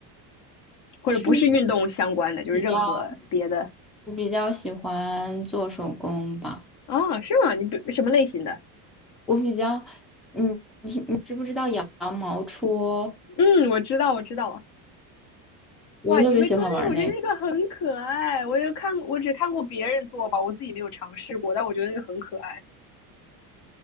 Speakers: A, on the left; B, in the centre.
A: 或者不是运动相关的，
B: 是
A: 就是任何别的？
B: 比较我比较喜欢做手工吧，
A: 哦，是吗？你不什么类型的？
B: 我比较，嗯，你知不知道羊毛戳？
A: 嗯，我知道，我知道。
B: 我特别喜欢玩那个。
A: 哇，你会做那个？我觉得那个很可爱。我就看，我只看过别人做吧，我自己没有尝试过，但我觉得那个很可爱。